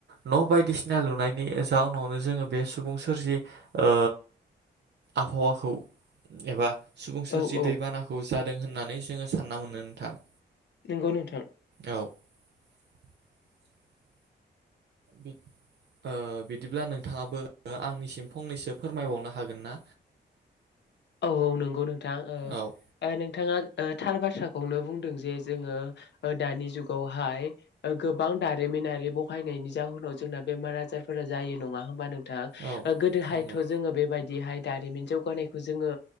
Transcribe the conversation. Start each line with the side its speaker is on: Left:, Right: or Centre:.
Right: न' बायदिसिना लुनायनि जाउनावनो जोङो बे सुबुं सोरजि ओ आबहावाखौ एबा सुबुं सोरजि
Left: औ नंगौ नोंथां औ औ
Right: दैबानाखौ जादों होननानै जोङो सानना मोननो नोंथां।
Left: नंगौ नोंथां।
Right: <unintelligible> बिद बिदिब्ला नोंथाङाबो आंनिसिम फंनैसो फोरमायबावनो हागोन ना?
Left: औ औ नंगौ नोंथां
Right: औ
Left: नोंथाङा थार बाथ्राखौ खौनो बुंदों जे जोङो दानि जुगावहाय गोबां दारिमिनारि बहायनाय जनि जोनाव जोंना बेमार आजारफोरा जायो नङा होमबा नों
Right: औ
Left: गोदोहायथ'
Right: नंगौ
Left: जोङो बेबायदिहाय दारिमिन जौगानायखौ जोङो